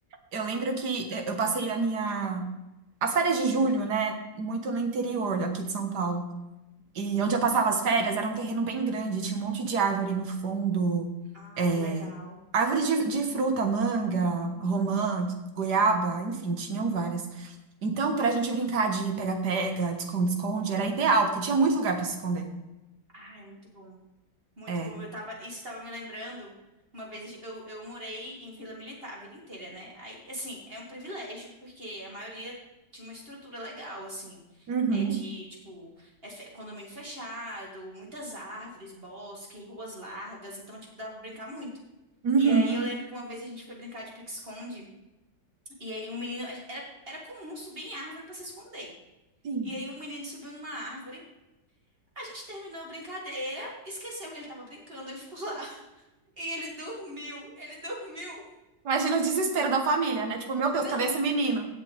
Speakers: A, on the right; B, on the right.
A: Eu lembro que eu eu passei a minha. As férias de julho, né? Muito no interior aqui de São Paulo. E onde eu passava as férias era um terreno bem grande, tinha um monte de árvore no fundo,
B: Ai,
A: é,
B: que legal.
A: árvore de, de fruta, manga, romã, goiaba, enfim, tinham várias. Então, pra gente brincar de pega-pega, esconde-esconde, era ideal, porque tinha muito lugar pra se esconder.
B: Ai, é muito bom. Muito
A: É.
B: bom. Eu tava, isso estava me lembrando. Uma vez eu, eu morei em Vila Militar a vida inteira, né? Aí, assim, é um privilégio, porque a maioria tinha uma estrutura legal, assim.
A: Uhum.
B: É de, tipo, é fe- condomínio fechado, muitas árvores, bosque, ruas largas. Então, tipo, dava pra brincar muito.
A: Uhum.
B: E aí eu lembro que uma vez a gente foi brincar de pique-esconde. E aí um menino. Era, era comum subir em árvore pra se esconder.
A: Sim.
B: E aí um menino subiu numa árvore. A gente terminou a brincadeira, esqueceu que ele tava brincando, ele ficou lá. E ele dormiu, ele dormiu.
A: Imagina o desespero da família, né? Tipo, meu Deus,
B: Não,
A: cadê esse menino?